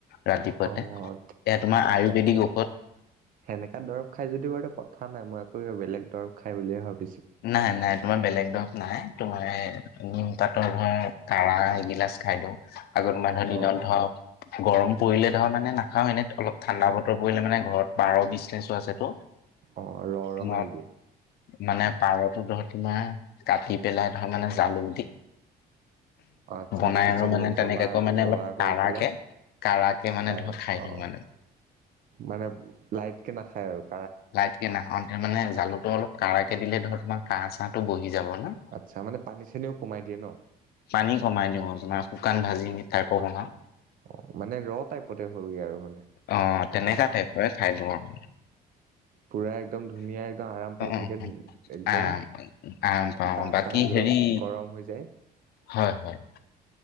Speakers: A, on the left; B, on the right.
A: ৰাতিপুৱা
B: অ'
A: তোমাৰ আয়ুৰ্বেদিক ঔষধ।
B: নেএনেকেক দৰৱ খাই যদি বাৰুটে কথা নাই মই আকৌকিবা বেলেগ দৰৱ খাই বুলিহে ভাবো
A: নাই নাই, বেলেগ দৰৱ নাই তোমাৰ এই নিম পাতৰ ধৰা কাৰা এগিলাচ খাই দিওঁ। আগৰদিন
B: অ'
A: নধক গৰম পৰিলে ধৰ মানে নাখাও এনে অলপ ঠাণ্ডা বতৰ পৰিলে মানে ঘৰত পাৰ বিজনেছও আছেতো।
B: অঁ' ৰ'
A: তোমাৰ
B: ৰ' মাৰি দিয়ে।
A: মানে পাৰতো ধৰ তোমাৰ কাটি পেলাই ধৰ মানে জালুক দি।
B: অ' আচ্ছা
A: বনাই
B: আচ্ছা
A: আৰু
B: জ
A: মানে তেনেকাকৈ
B: জ্বলা
A: মানে
B: জ্বলা
A: অলপ
B: কৰি
A: কঢ়াকে।
B: পেলাই
A: কাৰাকে মানে
B: কাৰা
A: ধৰ খাই
B: অ'
A: দিওঁ মানে।
B: মানে লাইট কে নাখাই আৰু! !
A: লাইট কে নাখাওঁ কিয়‌ মানে জালুটো প কঢ়াকে দিলে ধৰ তোমাৰ কাহ চাহটো বহি যাব নঃ
B: আচ্ছা মানে পানী খিনিও কমাই দিয়ে ন।
A: পানী কমাই দিওঁ অ তোমাৰ শুকান ভাজি টাইপৰ বনাওঁ
B: অ' মানে ৰ টাইপতে হয়গৈ আৰু মানে।
A: অ তেনেকা
B: একদম
A: টাইপৰে খাই বৰ।
B: পুৰা একদম ধুনীয়া, একদম আৰাম
A: অ
B: পাইছে
A: অ
B: চাগে একদম।
A: আম আম পাওঁ
B: গা
A: বাকী
B: চা একদম
A: হেৰি
B: গৰম হৈ যায়?
A: হয়! হয়!